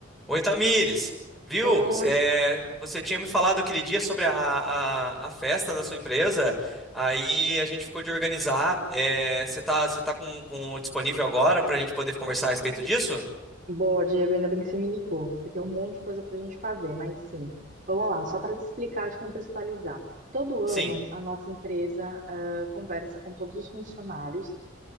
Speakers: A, in the centre; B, on the right.
A: Oi, Tamires. Viu?
B: Oi,
A: É, você tinha me falado aquele dia sobre a, a, a festa da sua empresa, aí a gente ficou de organizar. É, você tá, você tá com, com disponível agora para a gente poder conversar a respeito disso?
B: boa, Diego. Ainda bem que você me ligou. Você tem um monte de coisa para a gente fazer, mas sim. Vamos lá, só para te explicar, te contextualizar. Todo ano,
A: Sim,
B: a nossa empresa ah, conversa com todos os funcionários